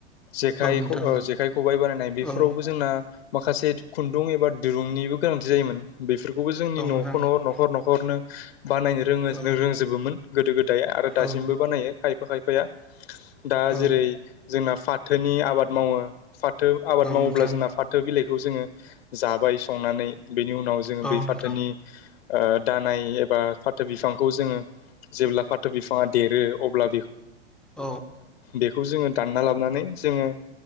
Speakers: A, on the left; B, in the centre.
A: जेखाइ,
B: नोंथां
A: जेखाइ, खबाइ बानायनाय बेफोरावबो
B: औ
A: जोंना माखासे खुन्दुं एबा दिरुंनिबो गोनांथि जायोमोन बेफोरखौबो जोंनि
B: औ नोंथां
A: न'खरनि न'खर -न'खर न'खरनो बानायनो रोङो
B: औ
A: रोंजोबोमोन गोदो- गोदाय आरो दासिमबो
B: औ औ
A: बानायो खायफा खायफाया दा
B: औ
A: जेरै जोंना फाथोनि आबाद मावो फाथो आबाद मावोब्ला
B: नोंथां
A: जोंना फाथो बिलाइखौ जोङो जाबाय संनानै बेनि उनाव जोङो
B: औ नोंथां
A: बै फाथोनि दानाय एबा फाथो बिफांखौ जोङो जेब्ला फाथो बिफां बिफाङा देरो अब्ला
B: औ
A: बे जोङो दानना लाबोनानै जोङो